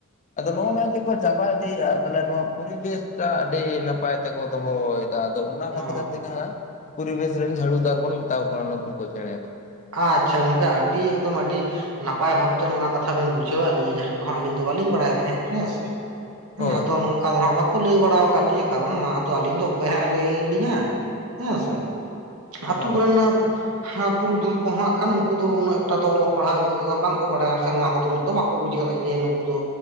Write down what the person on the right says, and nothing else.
ᱚ
ᱟᱪᱪᱷᱟ ᱜᱚᱝᱠᱮ, ᱟᱹᱰᱤ ᱮᱠᱫᱚᱢ ᱟᱹᱰᱤ ᱱᱟᱯᱟᱭ ᱵᱷᱟᱵᱽᱛᱮ ᱱᱚᱜᱼᱚ ᱱᱟ ᱠᱟᱛᱷᱟ ᱵᱮᱱ ᱵᱩᱡᱷᱟᱹᱣᱟᱜ ᱞᱤᱧᱟᱹ ᱡᱟᱦᱟᱸ ᱫᱚ ᱦᱟᱸᱜ ᱟᱞᱤᱧ ᱫᱚ ᱵᱟᱹᱞᱤᱧ ᱵᱟᱲᱟᱭᱮᱜ ᱛᱷᱮᱸᱜ ᱦᱮᱸ ᱥᱮ᱾ ᱦᱮᱸᱻ,
ᱟᱫᱚ
ᱱᱚᱝᱠᱟ ᱫᱚ ᱦᱟᱸᱜ ᱵᱟᱠᱚ ᱞᱟᱹᱭ ᱵᱟᱲᱟᱣ ᱠᱟᱜ ᱞᱤᱧᱟᱹ᱾ ᱠᱟᱨᱚᱱ ᱢᱟᱦᱫᱚ ᱟᱹᱞᱤᱧ ᱫᱚ ᱚᱠᱚᱭ ᱦᱟᱸᱜ ᱞᱟᱹᱭ ᱞᱤᱧᱟ? ᱦᱮᱸᱻ ᱥᱮ ᱟᱛᱩ
ᱠᱚᱨᱮᱱᱟᱯ ᱦᱟᱯ ᱯᱩᱨᱩᱫᱷᱩᱞ ᱠᱚ ᱦᱟᱸᱜ ᱠᱷᱟᱱ, ᱩᱝᱠᱩ ᱫᱚ ᱩᱱᱟᱹᱜ ᱴᱟ ᱫᱚ ᱚᱞᱚᱜ ᱯᱟᱲᱦᱟᱣ ᱤᱫᱤ ᱠᱮᱛᱮ ᱫᱚ ᱵᱟᱝᱠᱚ ᱵᱟᱲᱟᱭᱟᱨ ᱥᱮ ᱱᱚᱣᱟ ᱠᱚᱫᱚ ᱩᱱᱟᱹᱜ ᱫᱚ ᱵᱟᱠᱚ ᱵᱩᱡᱽ ᱠᱟᱫᱟ ᱡᱮ ᱱᱩᱠᱩ ᱫᱚ